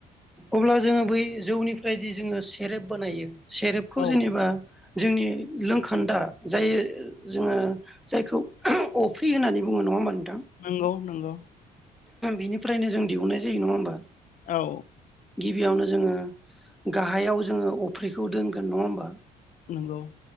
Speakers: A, in the centre; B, on the left.
A: अब्ला जोङो बै जौनिफ्रायदि जोङो सेरेब बानायो सेरेबखौ
B: औ
A: जेनेबा जोंनि लोंखान्दा जाय जोङो जायखौ अफ्रि होननानै बुङो नङा होनबा नोंथां?
B: नंगौ नंगौ।
A: बिनिफ्रायनो जों दिहुननाय जायो नङा होमबा?
B: औ
A: बेयावनो जोङो गाहायाव जोङो अफ्रिखौ दोनगोन नङा होमबा?
B: नंगौ